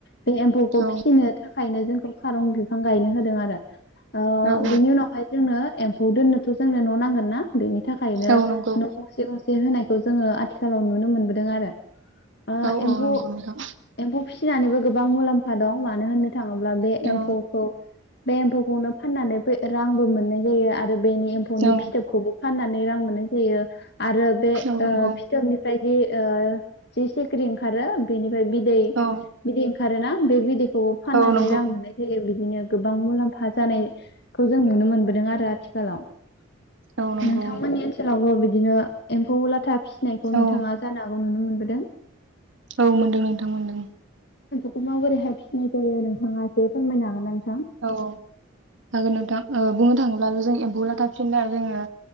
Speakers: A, on the left; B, on the right.
A: बे एम्फौखौ
B: औ
A: फिसिनो थाख खायनो जोंखौ खारं बिफां गायनो होदों आरो ओ
B: औ
A: बिनि उनावहाय जोंनो एम्फौ दोननोथ' जोंनो न' नांगोन ना बेनि थाखायनो
B: औ नंगौ
A: न' गंसे गंसे होनाय खौ जोङो आथिखालाव नुनो मोनबोदों आरो ओ
B: औ
A: एम्फौ
B: औ नंगौ नोंथां
A: एम्फौ फिस फिनानैबो गोबां मुलाम्फा दं मानो होनो थाङोब्ला बे
B: औ
A: एम्फौखौ बे एम्फौखौनो फाननानै बे रांबो मोननाय जायो आरो बेनि एम्फौनि
B: औ
A: फिथोबखौबो फाननानै रां मोननाय जायो । आरो बे
B: औ नंगौ
A: ओ फिथोबनिफ्राय जि ओ जि सिख्रि ओंखारो बेनिफ्राय बिद दै
B: औ
A: बिदै ओंखा खारोना बे बिदैख खौबो फाननानै
B: औ नंगौ
A: रां मोननाय जायो बि बिनिया गो गोबां मुलाम्फा जानायखौ जों नुनो मोनबोदों आरो आथिखालाव
B: औ नंगौ
A: नोंथांमोननि ओनसोलावबो बि बिदिनो एम्फौ लाथा फिनायखौ नोंथाङा
B: औ
A: जानांगौ अ नुनो मोनबोदों
B: औ मोनदों नोंथां मोनदों
A: खौ माबोरैहाय फिनाय जायो नोंथाङा एसे फोरमायनो हागोना नोंथाङा
B: औ हागोन नोंथां बुंनो थाङो अब्ला जों एम्फौ लाथाफिना जोङो